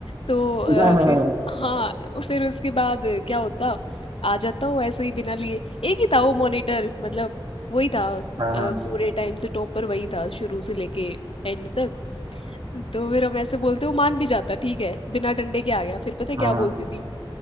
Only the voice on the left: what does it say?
तो अ,
फिर हाँ फिर उसके बाद क्या होता आ जाता वो ऐसे ही बिना लिए एक ही था वो मॉनिटर मतलब वही था अ,
पूरे टाइम से टॉप पर वही था शुरू से लेके एंड तक तो फिर हम ऐसे बोलते वो मान भी जाता ठीक है बिना डंडे के आ गया फिर पता है क्या
बोलती थी